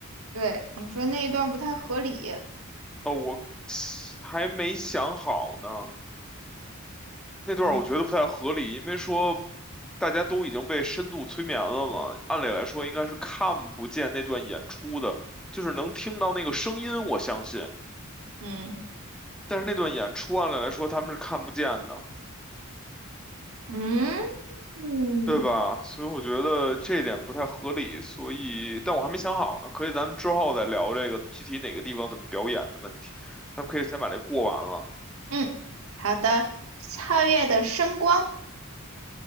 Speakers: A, on the right (about 80°); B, in the centre.
A: 对，你说那一段不太合理。
B: 哦，我还没想好呢。那段儿我觉得不太合理，
A: 嗯
B: 因为说大家都已经被深度催眠了嘛，按理来说应该是看不见那段演出的，就是能听到那个声音，我相信。
A: 嗯
B: 但是那段演出按理来说他们是看不见的，
A: 嗯嗯
B: 对吧？所以我觉得这一点不太合理，所以但我还没想好呢，可以咱们之后再聊这个具体哪个地方怎么表演的问题。咱们可以先把这过完了，
A: 嗯，好的，皓月的声光。